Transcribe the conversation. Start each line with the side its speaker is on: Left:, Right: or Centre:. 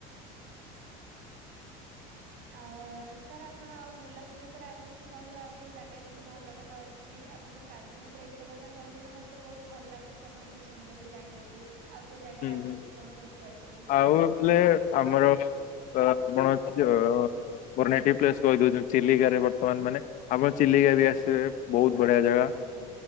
Right: <inaudible> ଆଉ ସାର୍ ଆପଣ ଆଉ ବୁଲାବୁଲି ଉପରେ ଆଉ କିଛି କହିବା ଆଉ କୋଉ ଜାଗା ଏମିତି ଭଲ ଭଲ ଅ ଛି। ‌ ଆପଣ ତ ଟ୍ରାଭେଲିଂ ଉପରେ ଏତେ କଥା କହିଲେଣି ମତେ ତ ବୋହୁତ ଭଲ ଲାଗୁଚି ତ ଆପଣଙ୍କଠୁ ଶୁଣିବାକୁ ଜାଣିବାକୁ ଆଉ କୋଉ ଜାଗାରେ
Left: ହୁଁ।
Right: ଆଉ
Left: ହୁଁ
Right: କିଛି କଣ କେମିତି ଅଛି।
Left: ଆଉ ବୋଲେ ଆମର କଣ ଆପଣ ଯ ମୋରେନେଟିଭ ପ୍ଲେସ୍ କହିଦୋଉଚ ଚିଲିକ ବର୍ତମାନ ମାନେ ଆପଣ ଚିଲିକା ବି ଆସିବେ। ବୋହୁତ ବଢିଆ ଜାଗା।
Right: ଆଜ୍ଞା